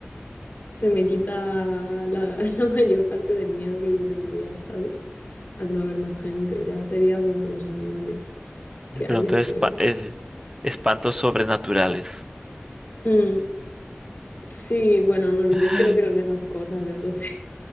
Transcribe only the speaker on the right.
Pero
entonces
pa- eh, espantos sobrenaturales.
<gasps>